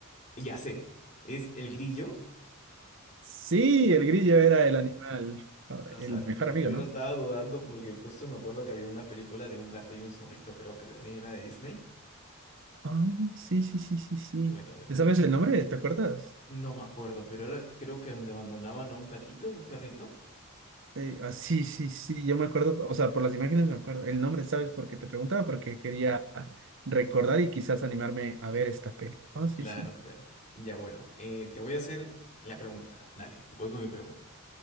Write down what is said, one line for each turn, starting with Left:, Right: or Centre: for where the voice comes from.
Left: Ya sé. ¿Es El Grillo?
Right: Sí, el grillo era el animal, ah,
Left: No
Right: el
Left: sabía,
Right: mejor amigo,
Left: primero
Right: ¿no?
Left: estaba dudando porque justo me acuerdo que había una película de un gato y un zorrito, creo que también era de Disney.
Right: Ah, sí, sí, sí, sí, sí.
Left: Bueno, bueno,
Right: ¿Te ¿Sabes el nombre? ¿Te acuerdas?
Left: no me acuerdo, pero era creo que donde abandonaban a un gatito, un perrito.
Right: Eh, ah, sí, sí, sí, yo me acuerdo, o sea, por las imágenes me acuerdo. El nombre, ¿sabes? Porque te preguntaba, porque quería recordar y quizás animarme a ver esta peli. Ah, sí,
Left: Claro,
Right: sí.
Left: claro. Ya bueno, eh, te voy a hacer la pregunta. Dale, voy con mi pregunta.